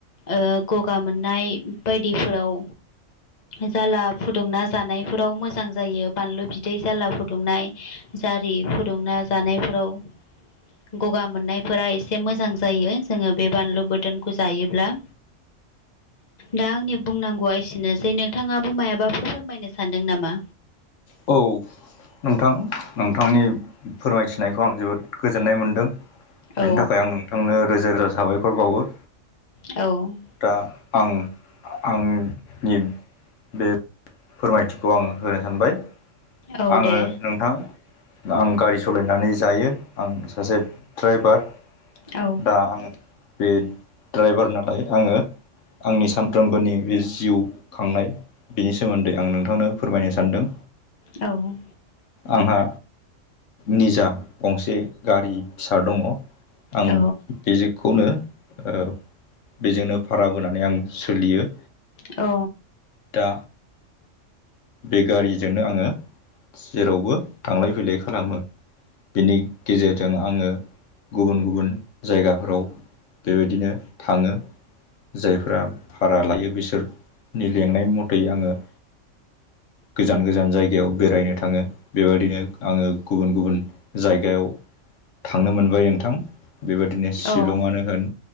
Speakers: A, on the left; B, on the left.
A: ओ गगा मोननाय बायदिफोराव जाला फुदुंना जानायफोराव मोजां जायो। बानलु बिदै जाला फुदुंनाय। जारि फुदुंना जानायफोराव गगा मोननायफोरा एसे मोजां जायो। जोङो बे बानलु बोदोनखौ जायोब्ला। दा आंनि बुंनांगौआ एसेनोसै नोंथाङाबो मायाबाफोर फोरमायनो सानदों नामा?
B: औ नोंथां नोंथांनि फोरमायथिनायखौ आं जोबोद गोजोननाय मोनदों।
A: औ
B: बेनि थाखाय आं नोंथांनो रोजा रोजा साबायखर बावो।
A: औ
B: दा आं आंनि बे फोरमायथिखौ आं होनो सानबाय
A: औ
B: आङो
A: दे
B: नोंथां। आं गारि सलायनानै जायो आं सासे द्राइभार।
A: औ
B: दा आं बे द्राइभार नालाय आङो आंनि सानफ्रोमबोनि बे जिउ खांनाय बेनि सोमोन्दै आं नोंथांनो फोरमायनो सानदों।
A: औ।
B: आंहा निजा गंसे गारि फिसा दङ। आं
A: औ
B: बे <unintelligible> खौनो ओ बेजोंनो भारा बोनानै आं सोलियो।
A: अ
B: दा बे गारिजोंनो आङो जेरावबो थांलाय फैलाय खालामो। बिनि गेजेरजों आङो गुबुन गुबुन जायगाफोराव बेबायदिनो थाङो। जायफोरा भारा लायो बिसोरनि लेंनाय मथै आङो गोजान गोजान जायगायाव बेरायनो थाङो बिबायदिनो आङो गुबुन गुबुन जायगायाव थांनो मोनबाय नोंथां बेबादिनो शिलंआनो
A: औ
B: होन